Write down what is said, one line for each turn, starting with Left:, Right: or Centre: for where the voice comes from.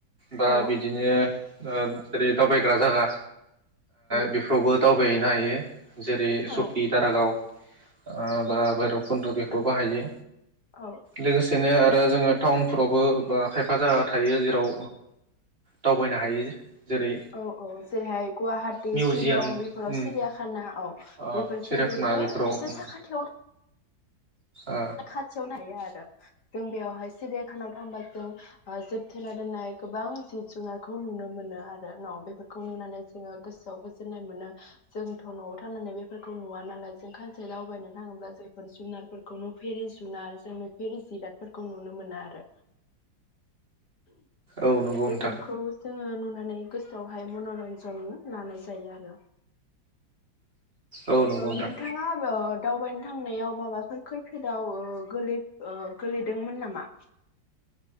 Right: बा
Left: औ
Right: बिदिनो। ओ। जेरै दावबायग्रा जायगा
Left: औ
Right: बेफ्रावबो। दावबायहैनो हायो। जेरै सुकि
Left: औ
Right: दारागाव ओ बा भैरब। गुन्द्र बेफ्राव बाहायो।
Left: औ
Right: लोगोसेनो आरो। आरो जोङो टाउनफोरावबो बा खायफा जायगा थायो ओ जेराव दावबायनो हायो। जेरै
Left: औ औ जेरैहाय गुवाहाटि
Right: मिउजियाम
Left: शिलं बेफोराव
Right: उम
Left: सिरियाखाना औ
Right: ओ
Left: बेफोर
Right: सिरियाखाना
Left: जोंनिबो
Right: बेफोराव
Left: एसे
Right: उम
Left: साखाथियावनो
Right: ओ
Left: खाथियावनो थायो आरो। ओ जों बेयावहाय सिबियाखानाव थांबा जों जोबथेना दोननाय गोबां जिब जुनारखौ नुनो मोनो आरो न बेफोरखौ नुनानै जोङो गोसोआव गोजोननाय मोनो जोंथ न'आव थनानै बेफोरखौ नुवा नालाय जों खानसे दावबायनो थाङोब्ला जों बेफोर जुनारफोर खौ नुफेरि जुनार जों नुफेरि जिरादफोरखौ नुनो मोना आरो।
Right: औ नंगौ नोंथां।
Left: बेफोरखौ जोङो नुनानै गोसोआवहाय मनरन्जन लानाय जायो आरो।
Right: औ नंगौ
Left: ओ
Right: नोंथां
Left: नोंथाङा ओ दावबायनो थांनायाव माबाफोर खैफोदाव ओ गोलै ओ गोलैदोंमोन नामा?